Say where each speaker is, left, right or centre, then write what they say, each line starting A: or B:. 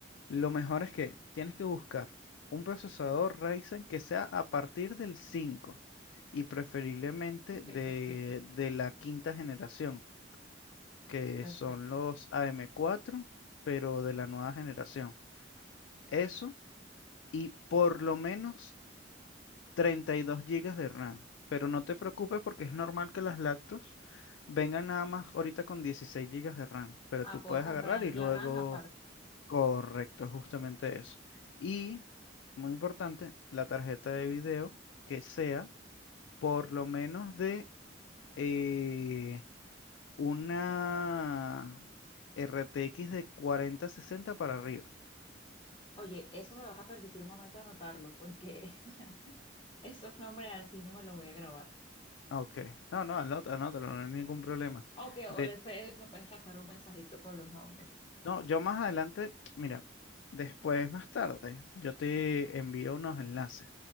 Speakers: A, on the left (about 80°); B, on the left (about 25°).
A: lo mejor es que tienes que buscar un procesador Ryzen que sea a partir del 5 y preferiblemente
B: ok,
A: de,
B: perfecto.
A: de la quinta generación que
B: Perfecto.
A: son los AM4, pero de la nueva generación. Eso y por lo menos 32 gigas de RAM. Pero no te preocupes porque es normal que las lactos vengan nada más ahorita con 16 gigas de RAM, pero
B: Ah,
A: tú
B: puedo
A: puedes
B: comprar
A: agarrar y luego,
B: la RAM aparte.
A: correcto, justamente eso. Y, muy importante, la tarjeta de video que sea por lo menos de... eh, Una RTX de 4060 para arriba.
B: Oye, eso me vas a permitir un momento anotarlo, porque <laughs> esos nombres así no me los voy a grabar.
A: Ah, Ok. No, no, anótalo, anótalo, no hay ningún problema.
B: Ok,
A: De,
B: o después me puedes pasar un mensajito con los nombres.
A: no, yo más adelante, mira, después, más tarde, yo te envío unos enlaces.